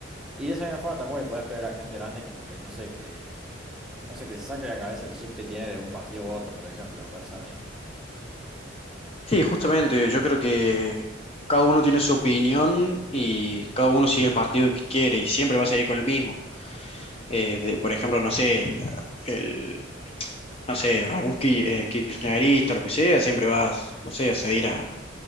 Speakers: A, in the centre; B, on the left.
A: Y de esa misma forma tampoco le podés pedir a la gente grande como que, no sé, que, no sé, que se saque de la cabeza el chip que tiene de un partido u otro, por ejemplo, me parece a mí, ¿no?
B: Sí, justamente, yo creo que cada uno tiene su opinión y cada uno sigue el partido que quiere y siempre va a seguir con el mismo. Eh, de, por ejemplo, no sé, el, el- no sé, algún ki- eh, kirchnerista, lo que sea, siempre va no sé, a seguir a,